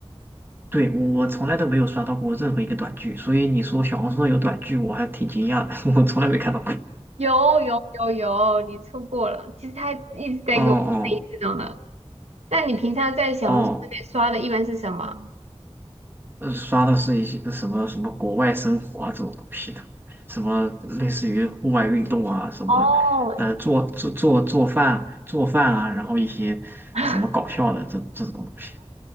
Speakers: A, on the right (about 20°); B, on the right (about 80°).
A: 对，我从来都没有刷到过任何一个短剧，所以你说小红书上有短剧，我还挺惊讶的，<laughs> 我从来没看到过。
B: 有有有有，你错过了。其实他一直在给我推这种的。
A: 哦哦
B: 那你平常在小红书里刷的一般是什么？
A: 哦。呃，刷的是一些呃什么什么国外生活啊这种东西的，什么类似于户外运动啊，什么呃做做做做饭做饭啊，
B: 哦，
A: 然后一些什么搞笑的这这种东西。
B: <laughs>